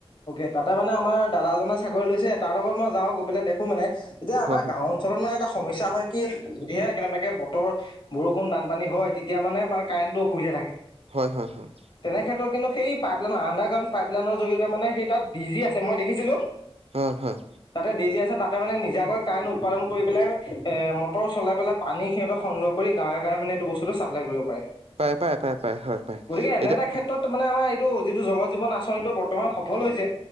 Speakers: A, on the left; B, on the right.
A: অকে তাতে মানে আমাৰ দাদাজনে চাকৰি লৈছে তাৰ লগত মই যাওঁ গৈ পেলাই দেখো মানে এতিয়া
B: হয়
A: আমাৰ গাঁৱত আচলত মানে এটা সমস্যা হয় কি যদিহে কেনেবাকে বতৰ বৰষুণ বানপানী হয় তেতিয়া মানে আমাৰ কাৰেণ্টো অসুবিধা থাকে
B: হয় হয় হয়।
A: তেনেক্ষেত্ৰত কিন্তু সেই পাইপলাইনৰ আণ্ডাৰগ্ৰাউণ্ড পাইপলাইনৰ জৰীয়েতে সেই তাত ডিজি আছে মই দেখিছিলো
B: হয় হয়।
A: তাতে ডজী আছে তাতে মানে নিজাকৈ কাৰেণ্ট উৎপাদন কৰি পেলাই এ মটৰ চলাই পেলাই পানী সিহঁতে সংৰক্ষ গাঁৱে গৱ মানে এইটো বস্তুটো চাপ্লাই কৰিব পাৰে।
B: পায়, পায়, পায়, পায়, হয় পায়
A: গতিকে এনে
B: এতিয়া
A: এটা ক্ষেত্ৰত মানে আমাৰ এইটো যিটো জল জীৱন আঁচনিটো বৰ্তমান সফল হৈছে